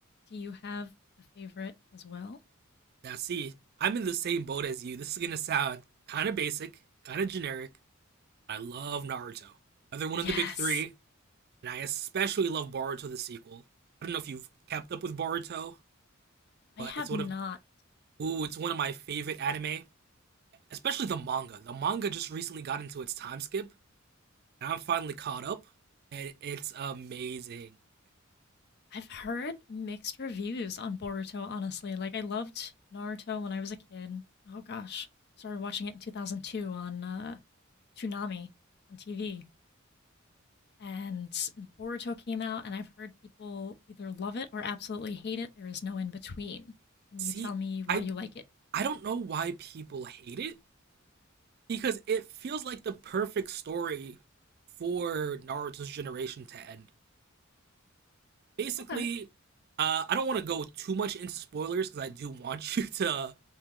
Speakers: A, on the left; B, on the right.
A: Do you have a favorite as well?
B: Now, see, I'm in the same boat as you. This is gonna sound kind of basic, kind of generic. I love Naruto. Another one
A: Yes.
B: of the big three, and I especially love Boruto the sequel. I don't know if you've kept up with Boruto,
A: I
B: but
A: have
B: it's one
A: not
B: of ooh, it's one of my favorite anime, especially the manga. The manga just recently got into its time skip, and I'm finally caught up, and it's amazing.
A: I've heard mixed reviews on Boruto, honestly. Like, I loved Naruto when I was a kid. Oh gosh. Started watching it in 2002 on uh, Toonami on TV. And Boruto came out, and I've heard people either love it or absolutely hate it. There is no in between. Can
B: See,
A: you tell me why
B: I
A: you like it?
B: I don't know why people hate it because it feels like the perfect story for Naruto's generation to end. Basically,
A: Okay.
B: uh, I don't want to go too much into spoilers because I do want <laughs> you to